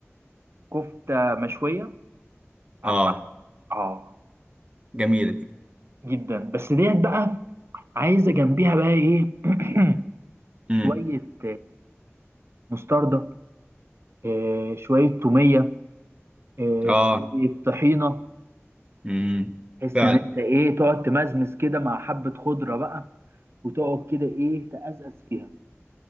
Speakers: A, on the right (about 60°); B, on the right (about 25°).
A: كفته مشويه
B: اه
A: على الفحم اه
B: جميله دي
A: جدا بس ديت بقى عايزه جنبيها بقى ايه <clears throat> شويه
B: امم
A: مستردة آه، شوية تومية آه،
B: اه
A: شوية طحينة
B: امم
A: تحس
B: فعلا
A: إن أنت إيه تقعد تمزمز كده مع حبة خضرة بقى وتقعد كده إيه تأزأز فيها